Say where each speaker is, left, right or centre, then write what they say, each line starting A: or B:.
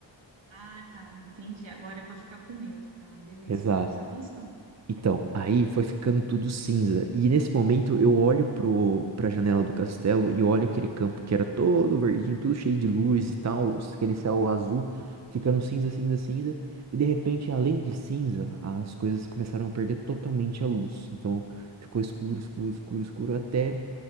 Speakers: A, on the right; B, on the right.
A: Ah, tá, entendi. Agora é pra ficar com medo, tá? Beleza,
B: Exato.
A: tô prestando atenção.
B: Então, aí foi ficando tudo cinza. E nesse momento eu olho pro, pra janela do castelo e olho aquele campo que era todo verdinho, tudo cheio de luz e tal, aquele céu azul, ficando cinza, cinza, cinza. E de repente, além de cinza, as coisas começaram a perder totalmente a luz. Então ficou escuro, escuro, escuro, escuro, até